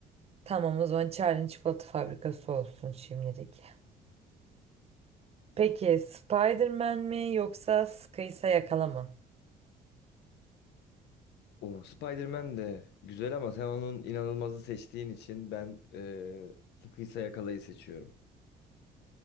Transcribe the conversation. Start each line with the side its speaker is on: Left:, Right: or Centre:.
Right: Tamam o zaman Charlie'nin çikolata fabrikası olsun şimdilik. Peki Spider-Man mi yoksa sıkıysa Yakala mı?
Left: O Spider-Man de güzel ama sen onun inanılmazı seçtiğin için ben eee Sıkıysa Yakala'yı seçiyorum.